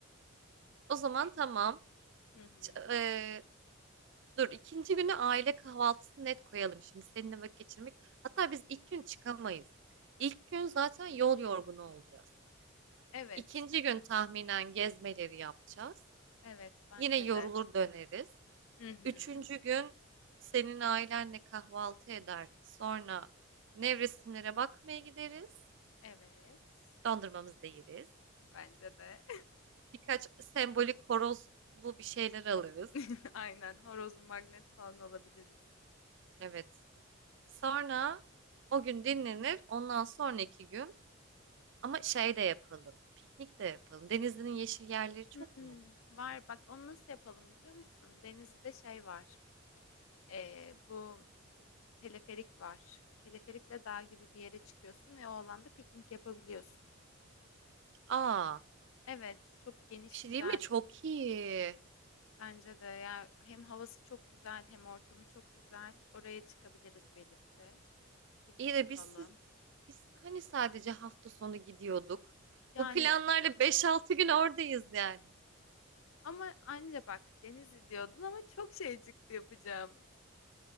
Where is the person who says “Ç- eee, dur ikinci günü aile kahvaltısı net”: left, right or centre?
Right